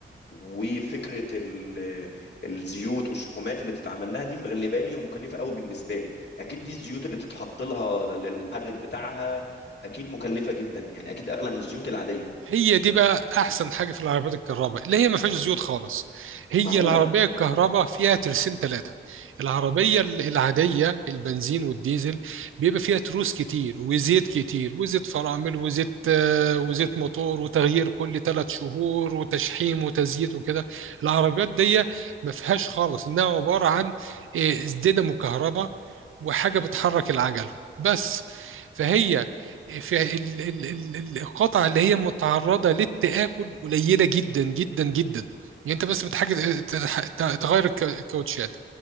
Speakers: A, on the left; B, on the right.
A: وفكره ال- الزيوت والشحومات اللي بتتعمل لها دي مغلباني ومكلفه قوي بالنسبه لي اكيد دي الزيوت اللي بتتحط لها للمحرك بتاعها اكيد مكلفه جدا يعني اكيد اغلى من الزيوت العاديه
B: هي دي بقى احسن حاجه في العربيات الكهرباء اللي هي ما فيهاش زيوت خالص هي
A: معقوله
B: العربيه الكهرباء فيها ترسين ثلاثه العربيه ال- العاديه البنزين والديزل بيبقى فيها تروس كتير وزيت كتير وزيت فرامل وزيت آه، وزيت موتور وتغيير كل ثلاث شهور وتشحيم وتزييت وكده العربيات دي ما فيهاش خالص انها عباره عن آه، دينامو كهرباء وحاجه بتحرك العجل بس فهي فالقطع اللي هي متعرضة للتآكل قليلة جدا جدا جدا يعني انت بس بتحاجة تح- ت- تغير الك- الكاوتشات